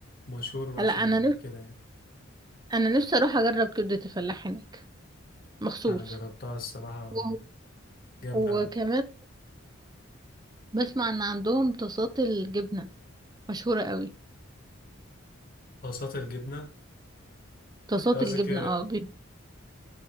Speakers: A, on the left; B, on the right.
A: مشهور
B: لا
A: عشان
B: انا نفسي
A: كده يعني
B: انا نفسي اروح اجرب كبدة الفلاح هناك مخصوص
A: انا جربتها الصراحه
B: و...
A: جامده
B: وكمان
A: أوي.
B: بسمع ان عندهم طاسات الجبنة مشهورة قوي
A: طاسات الجبنه
B: طاسات
A: أنت قصدك
B: الجبنة
A: إيه؟
B: اه